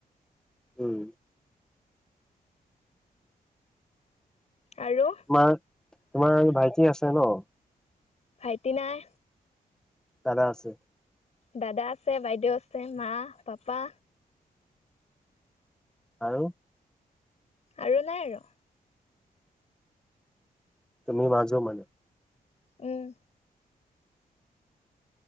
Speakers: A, in the centre; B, on the left (about 45°).
A: উম,
B: আৰু
A: তোমাৰ, তোমাৰ এই ভাইটি আছে ন?
B: ভাইটি নাই।
A: দাদা আছে।
B: দাদা আছে, বাইদেউ আছে মা-পাপা
A: আৰু
B: আৰু নাই আৰু।
A: তুমি মাজো মানে?
B: উম,